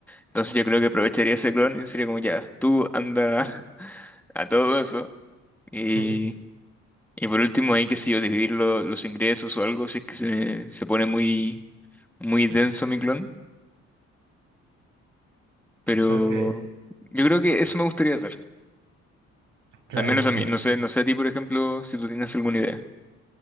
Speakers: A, in the centre; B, on the right (about 85°).
A: Entonces yo creo que aprovecharía ese clon y sería como ya, tú anda <laughs> a todo eso. Y,
B: <laughs>
A: y por último hay que si yo dividir lo- los ingresos o algo si es que se, se pone muy, muy denso mi clon. Pero
B: Ok.
A: yo creo que eso me gustaría hacer.
B: Claro,
A: Al menos a
B: es-
A: mí. No sé, no sé a ti, por ejemplo, si tú tienes alguna idea.